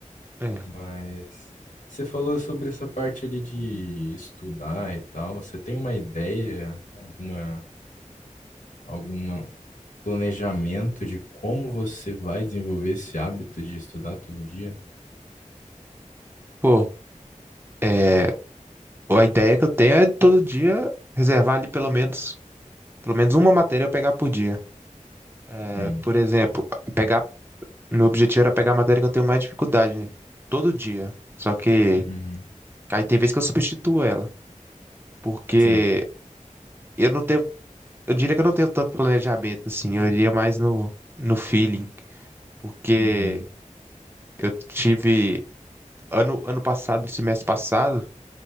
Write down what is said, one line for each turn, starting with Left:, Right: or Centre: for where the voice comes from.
Right: É.
Left: Mas você falou sobre essa parte ali de estudar e tal, você tem uma ideia, alguma, alguma planejamento de como você vai desenvolver esse hábito de estudar todo dia?
Right: Pô, é, a ideia que eu tenho é todo dia reservar ali pelo menos, pelo menos uma matéria eu pegar por dia. É,
Left: Hum,
Right: por exemplo, pegar, meu objetivo era pegar a matéria que eu tenho mais dificuldade, né? Todo dia. Só que
Left: uhum,
Right: aí tem vezes que eu substituo ela, porque
Left: sim,
Right: eu não tenho, eu diria que eu não tenho tanto planejamento assim, eu iria mais no, no feeling, porque
Left: uhum,
Right: eu tive ano, ano passado, no semestre passado,